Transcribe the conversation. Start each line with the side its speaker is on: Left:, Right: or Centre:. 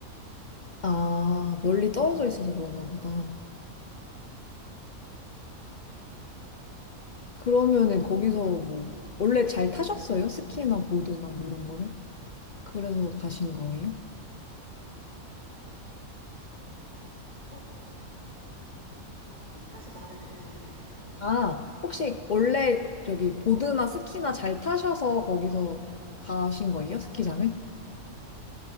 Left: 아, 멀리 떨어져 있어서 그런가 보다. 그러면은 거기서 뭐 원래 잘 타셨어요? 스키나 보드나 뭐 이런 거를? 그래서 가신 거예요?
Right: 어, 어, 혹시 다시 말해 주실 수 있으세요?
Left: 아, 혹시 원래 저기 보드나 스키나 잘 타셔서 거기서 가신 거예요? 스키장을?